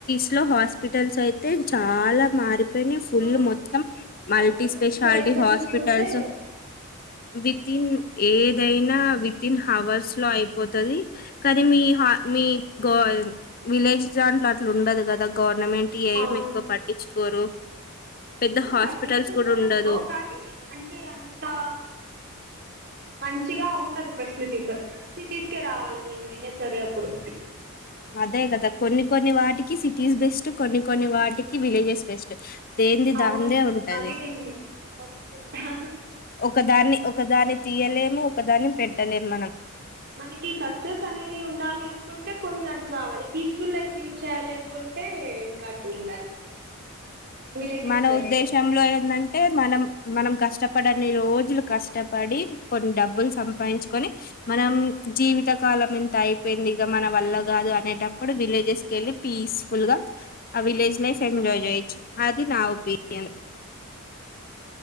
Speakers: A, on the left; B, on the right.
A: <unintelligible> హాస్పిటల్స్ అయితే చాల మారి కాని ఫుల్
B: ఆ
A: మొత్తం మల్టీ
B: హాస్పిటల్స్
A: స్పెషాలిటీ
B: వైజ్ గా
A: హాస్పిటల్స్
B: చూసుకుంటే
A: <unintelligible> ఏదైన వితిన్ అవర్స్ లో అయిపోతుంది కానీ మీ మీ గో విలేజ్ దాంట్లో అట్లు ఉండదు కదా గో టూర్నమెంట్ ఏం
B: అవును
A: ఎక్కువ పట్టించుకోరు పెద్ద
B: అంటే
A: హాస్పిటల్స్
B: పట్టిచుకుంటారునుకో
A: కూడా ఉండదు
B: కానీ అంటే అంతా మంచిగా ఉండదు ఫెసిలిటీస్ సిటీస్కే రావాలి మేమైనా సరే అప్పుడు
A: అదే కదా కొన్ని కొన్ని వాటికి సిటీస్ బెస్ట్ కొన్ని కొన్ని వ వాటికి విలేజెస్ బెస్ట్ <unintelligible>
B: అవును
A: ఉంటది
B: అది నిజమే ఒప్పుకుంటా
A: ఒకదాన్ని ఒకదాన్ని తీయలేము ఒకదాన్ని పెట్టలేము మనం
B: మనకి సక్సెస్ అనేది ఉండాలి అన్ కుంటే కొన్ని అటు రావాలి పీస్ఫుల్ లైఫ్ లీడ్ చేయాలి అనుకుంటే ఇంకా అట్లు ఉండాలి విలేజెస్
A: మన
B: బెస్ట్
A: ఉద్దేశంలో <unintelligible> అంటే మనం మనం కష్టపడన్ని రోజులు కష్టపడి కొన్ని డబ్బులు సంపాదించుకొని మనం జీవితకాలం <unintelligible> అయిపోయింది ఇక మన వల్ల కాదు అనేటప్పుడు విలేజెస్ కెళ్ళి పీస్ఫుల్ గా ఆ విలేజ్ లైఫ్ ఎంజాయ్ అది నా ఒపీనియన్